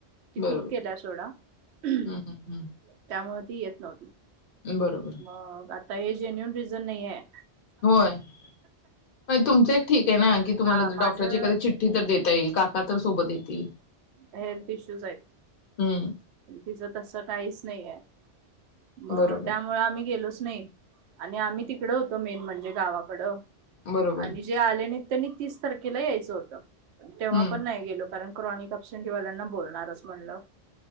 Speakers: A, on the right (about 75°); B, on the left (about 55°).
A: ती
B: बरोबर
A: खूप केल्या सोडा त्यामुळे...
B: हम्म हम्म
A: ती येत नव्हती?
B: हम्म बरोबर
A: मगं आता हे जेन्युल रिझन नाहीे ये
B: होय तुमच एक ठीक आहे ना कि.. तुम्हाला
A: हा
B: तर
A: माझं
B: डॉक्टरची एखादी चिट्ठी तर देता येईल काका तर सोबत येतील तील
A: हेल्थ इश्यूस आहेत.
B: हम्म
A: तिचं तसं काहीच नाही आहे. मगं
B: बरोबर
A: त्यामुळे आम्ही गेलोच नाही आणि आम्ही तिकड होतो मेन म्हणजे गावाकडं...
B: बरोबर
A: आणि जे आले नाही.. त्यांनी तीस तारखेला यायचं होतं. तेव्हा
B: हम्म
A: पण नाही गेलो कारण क्रॉनिक अपशंटीवाल्यांना बोलणारच म्हणलं...